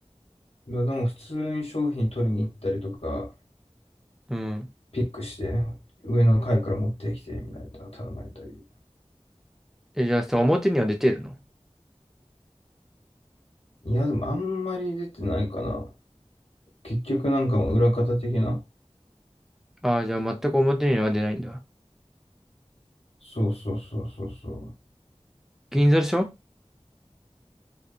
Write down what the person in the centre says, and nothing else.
うん。
え、じゃあさ、表には出てるの
ああ、じゃあ全く表には出ないんだ。
銀座でしょ